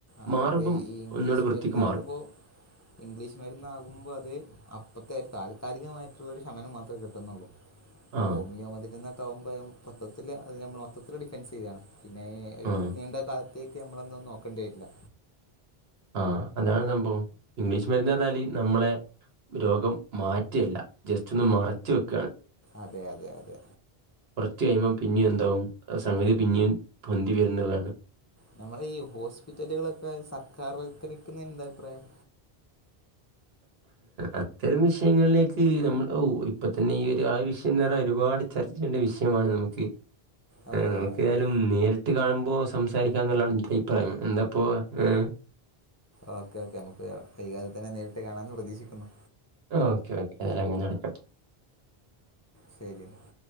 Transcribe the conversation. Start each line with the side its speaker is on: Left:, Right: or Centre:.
Left: ആ
Right: മാറുമ്പം
Left: അതെ ഈ ഇംഗ്ലീഷ്
Right: ഒന്നുകൂടെ വൃത്തിക്ക്
Left: മരുന്ന് ആകുമ്പോ
Right: മാറും
Left: ഇംഗ്ലീഷ് മര്ന്ന് ആകുമ്പോൾ അത് അപ്പഴത്തെ ആ ഒരു കാലികമായിട്ടുള്ളൊരു ശമനം മാത്രമേ കിട്ടുന്നുള്ളൂ
Right: ആഹ്
Left: ഹോമിയോ മര്ന്ന് ആകുമ്പോ മൊത്തത്തിൽ അതി നമ്മൾ മൊത്തത്തിൽ ഡിഫൻസ് ചെയ്യാണ് പിന്നെ
Right: ആഹ്
Left: നീണ്ട കാലത്തേക്ക് നമ്മളെന്താന്നും നോക്കേണ്ടി വരില്ല
Right: ആ അതാണ് സംഭവം ഇംഗ്ലീഷ് മരുന്ന് പറഞ്ഞാല് നമ്മളെ രോഗം മാറ്റ്ല്ല ജസ്റ്റ് ഒന്ന് മറച്ച് വെക്കയാണ്
Left: അതെ അതെ അതെ
Right: കുറച്ച് കഴിയുമ്പം പിന്നയും എന്താവും സംഗതി പിന്നയും പൊന്തി വരുന്നതാണ്
Left: നമ്മള ഈ ഹോസ്പിറ്റലുകളൊക്കെ സർക്കാർ വൽക്കരിക്കുന്ന എന്താ അഭിപ്രായം
Right: അത്തരം വിഷയങ്ങളിലേക്ക് നമ്മൾ ഇപ്പ തന്നെ ഈ ഒരു ആ വിഷയംന്ന് പറഞാ ഒരുപാട് പാട് ചർച്ച ചെയ്യേണ്ട വിഷയമാണ് നമുക്ക്
Left: ഓ
Right: നമുക്കേഏതായാലും
Left: അതെ
Right: നേരിട്ട് കാണുമ്പോൾ സംസാരിക്കാ എന്നുള്ളതാണ് എന്റെ അഭിപ്രായം എന്താപ്പോ ഏ
Left: ഓക്കെ ഓക്കെ നമുക്ക് വൈകാതെ തന്നെ നേരിട്ട് കാണാന്ന് പ്രതീക്ഷിക്കുന്നു
Right: ഓക്കെ ഓക്കേ അതെല്ലാം ഇങ്ങനെ നടക്കട്ടെ
Left: ശരിന്നാ